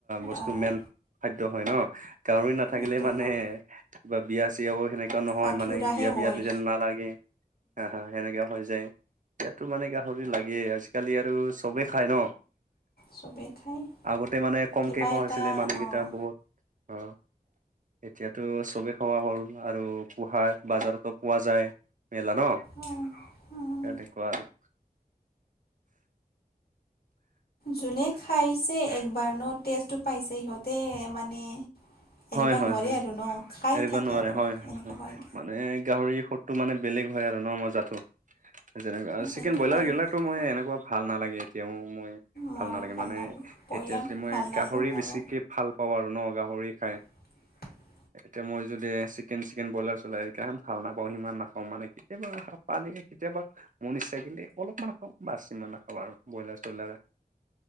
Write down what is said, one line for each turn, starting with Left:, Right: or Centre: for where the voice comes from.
Right: বস্তু
Left: আহ
Right: মেইন। খাদ্য হয় ন গাহৰি নাথাকিলে
Left: এইটো
Right: মানে
Left: হ'ল
Right: কিবা বিয়া চিয়াও সেনেকুৱা নহয়
Left: আঠুৰাহে
Right: মানে বিয়া।
Left: হয়
Right: বিয়াত নি যেন নালাগে হা হা সেনেকা হৈ যায় বিয়াতো মানে গাহৰি লাগে আজি। আজিকালি আৰু চবেই খায় ন।
Left: চবেই খায়
Right: আগতে মানে কম
Left: কিবা
Right: কেই খুৱা
Left: এটা
Right: হৈছিলে মানুহকেইটা
Left: অঁ
Right: বহুত অ। এতিয়াতো চবেই খোৱা হ'ল আৰু পোহা বজাৰতো পোৱা যায়। মেলা ন
Left: অঁ অঁ
Right: সেনেকুৱা আৰু
Left: যোনে খাইছে একবাৰ ন টেষ্টটো পাইছে সিহঁতে মানে। এৰিব
Right: হয় হয়
Left: নোৱাৰে
Right: হয়
Left: আৰু ন খাই
Right: এৰিব
Left: থাকে
Right: নোৱাৰে
Left: আৰু
Right: হয়
Left: এনেকুৱা হয়
Right: মানে গাহৰি। ফ'টো মানে বেলেগ হয় আৰু ন মজাটো। যেনেক চিকেন
Left: এইটো
Right: ব্ৰইলাৰ
Left: হয়
Right: গিলাকো মই এনেকুৱা ভাল নালাগে এতিয়াও মই
Left: মোৰো
Right: ভাল নালাগে মানে
Left: ব্ৰইলাৰটো
Right: এতিয়া যদি মই
Left: ভাল নালাগে
Right: গাহৰি
Left: মোৰো
Right: বেছিকে ভাল পাওঁ আৰু ন গাহৰি খাই।
Left: <unintelligible>
Right: এতিয়া মই যদি চিকেন চিকেন ব্ৰইলাৰ চলাই তেতিয়া ভাল নাপাওঁ সিমান নাখাওঁ মানে কেতিয়াবা পালে কেতিয়াবা মোৰ ইচ্ছা গিলে অলপমান খাওঁ বাছ হিমান নাখাওঁ আৰু ব্ৰইলাৰ চইলাৰ।